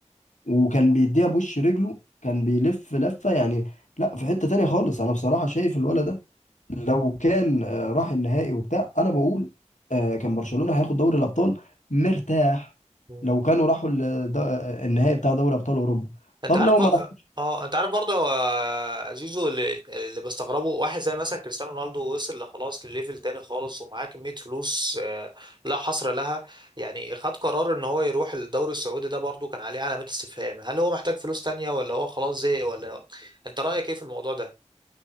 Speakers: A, on the left; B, on the right.
A: وكان بيديها بوش رجله كان بيلف لفه يعني لا في حته تانيه خالص انا بصراحه شايف الولد ده لو كان آه، راح النهائي وبتاع انا بقول آه، كان برشلونة هياخد دوري الابطال مرتاح
B: مم.
A: لو كانوا راحوا ال- دا- النهائي بتاع دوري ابطال اوروبا
B: انت
A: طب
B: عارف
A: لو
B: بقى
A: ما راح
B: اه انت عارف برضه آه، زيزو اللي, اللي بستغربه واحد زي مثلا كريستيانو رونالدو وصل لخلاص لليفل تاني خالص ومعاه كمية فلوس آه، لا حصر لها يعني خد قرار ان هو يروح الدوري السعودي ده برضه كان عليه علامات استفهام هل هو محتاج فلوس تانية ولا هو خلاص زهق ولا <laughs> انت رأيك ايه في الموضوع ده؟